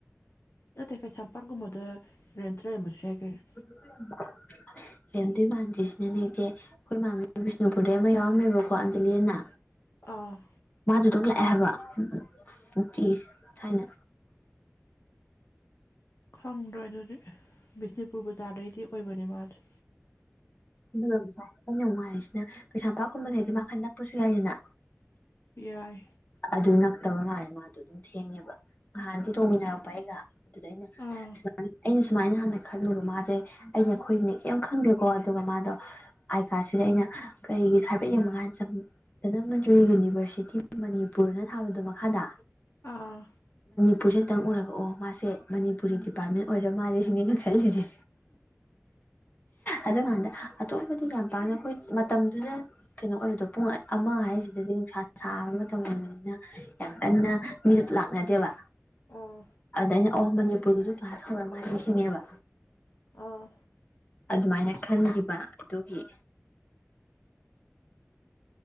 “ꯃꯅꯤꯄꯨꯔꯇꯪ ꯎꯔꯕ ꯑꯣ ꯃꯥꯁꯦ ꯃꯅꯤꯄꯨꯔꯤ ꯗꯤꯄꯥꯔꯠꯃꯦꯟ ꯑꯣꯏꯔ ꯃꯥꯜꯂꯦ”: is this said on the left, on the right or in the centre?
Left